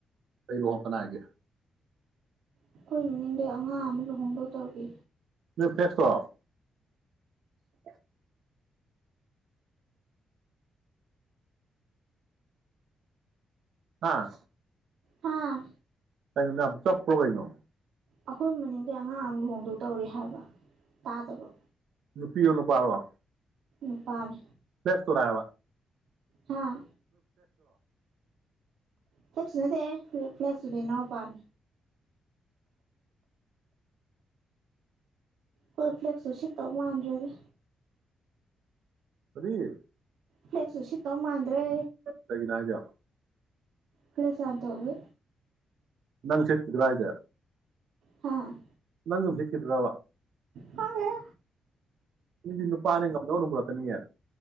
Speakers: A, on the right (about 65°); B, on the right (about 90°).
A: ꯑꯩꯩ ꯋꯥꯍ ꯀꯅꯥꯒꯦ
B: ꯑꯩꯈꯣꯏ ꯃꯅꯤꯡꯗ ꯑꯉꯥꯡ ꯑꯃꯒ ꯍꯣꯡꯗꯣꯛꯇꯔꯤ
A: ꯅ ꯄ꯭ꯂꯦꯁꯇꯣꯔꯞ <inaudible> ꯑꯥ
B: ꯍꯥꯥ
A: ꯇꯥꯏꯩꯅ ꯅ ꯌꯥꯝ ꯆꯞ ꯄ꯭ꯔꯣꯒꯩꯩꯅꯣ
B: ꯑꯩꯈꯣꯏ ꯃꯅꯤꯡꯗꯤ ꯑꯉꯥꯡ ꯑꯃ ꯂꯨꯍꯣꯡꯗꯣꯛ ꯇꯧꯔꯤ ꯍꯥꯏꯕ ꯇꯥꯗꯕ
A: ꯅꯨꯄꯤ ꯑꯣ ꯅꯨꯄꯥꯔꯋꯥ
B: ꯎ ꯄꯔ
A: ꯐꯦꯁ ꯇꯔꯑꯕ
B: ꯍꯥꯥ ꯊꯁꯨ ꯅꯗ ꯄ꯭ꯂꯁꯕꯤꯩꯅꯣ ꯄꯥꯟ ꯀꯜ ꯐ꯭ꯂꯦꯛꯁꯁꯨ ꯁꯤꯠꯇꯧ ꯃꯥꯟꯗ꯭ꯔꯒꯦ
A: ꯑꯗꯨꯗꯤ
B: ꯐ꯭ꯂꯦꯛꯁꯁꯨ ꯁꯤꯠꯇ ꯃꯥꯗ꯭ꯔꯦ
A: ꯀꯩꯒꯤꯅꯣ ꯍꯥꯏꯁꯦ
B: ꯈꯂ ꯆꯕ ꯇꯋꯦ
A: ꯪ ꯁꯦꯠꯈꯤꯗ꯭ꯔ ꯍꯥꯏꯁꯦ
B: ꯍꯥꯥ
A: ꯅꯪ ꯖꯤꯀꯤꯗ꯭ꯔꯕ
B: ꯐꯗꯦ
A: ꯃꯤꯗꯤ ꯅꯨꯄꯥꯅꯦ ꯉꯝꯗꯧꯅ ꯄꯨꯔꯛꯀꯅꯤꯌꯦ